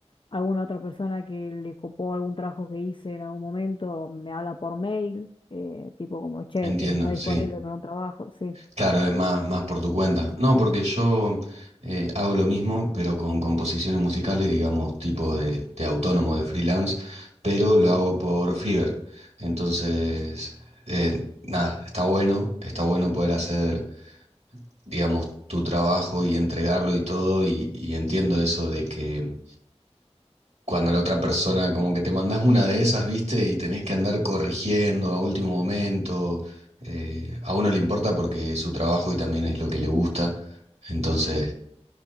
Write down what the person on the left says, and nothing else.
alguna otra persona que le copó algún trabajo que hice en algún momento me habla por mail, eh, tipo como, che,
eh, está disponible
para un trabajo, sí,